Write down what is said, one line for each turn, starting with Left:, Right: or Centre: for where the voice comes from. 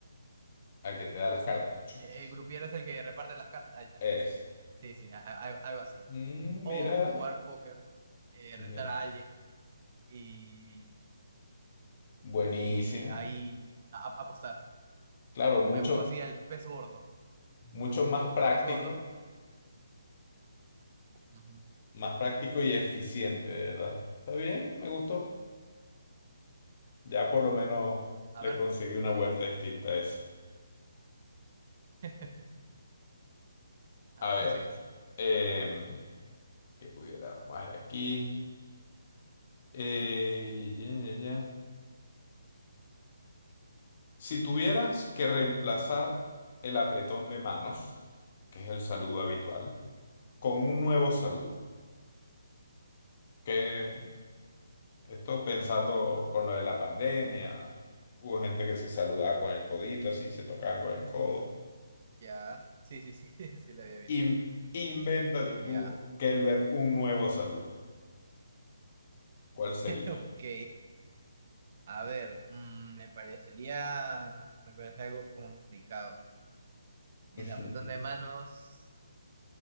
Left: al que te da las
Right: Sí,
Left: cartas. Chuchi.
Right: e- el grupiero es el que reparte las cartas. Ahí está,
Left: Es.
Right: ese. Sí, sí, a- a- algo así.
Left: "Mm,
Right: O
Left: mira.
Right: jugar póker, eh,
Left: ya.
Right: retar a alguien y,
Left: Buenísimo.
Right: y ahí a- a- apostar.
Left: Claro,
Right: Me
Left: mucho,
Right: busco así al pez gordo.
Left: mucho
Right: Me, bu-
Left: más
Right: me busco
Left: práctico,
Right: al pez gordo. Ujú.
Left: más práctico y eficiente, de verdad. Está bien, me gustó. Ya por lo menos
Right: A
Left: le
Right: ver,
Left: conseguí una
Right: tú sigues.
Left: vuelta distinta a eso.
Right: <laughs> Ah,
Left: A ver,
Right: tú sigues.
Left: que pudiera más aquí. Eh, ya, ya, ya. Si tuvieras que reemplazar el apretón de manos, que es el saludo habitual, con un nuevo saludo, que esto pensando con lo de la pandemia, hubo gente que se saludaba con el codito, así se tocaban con el codo.
Right: Ya. Sí, sí, sí, <laughs> sí la había visto.
Left: In- invéntate
Right: Ya.
Left: tú, Kelber, un nuevo saludo. ¿Cuál
Right: <laughs>
Left: sería?
Right: Ok. A ver, mm, me parecería, me parece algo complicado. El
Left: <laughs>
Right: apretón de manos